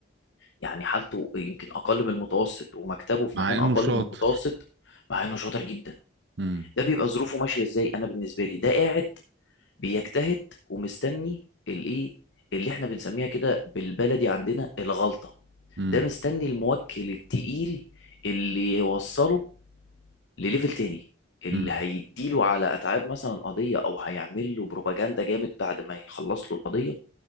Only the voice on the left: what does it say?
يعني حالته يمكن اقل من المتوسط ومكتبه في
مكان
اقل
من المتوسط مع انه شاطر جدا
ده بيبقى ظروفه ماشيه ازاي انا بالنسبه لي ده قاعد بيجتهد ومستني الايه اللي احنا بنسميها كده بالبلدي عندنا الغلطة
ده مستني الموكل التقيل اللي يوصله لليفل تاني اللي
هيديله على اتعاب مثلا قضية او هيعمل له بروباجندا جامد بعد ما يخلص له القضية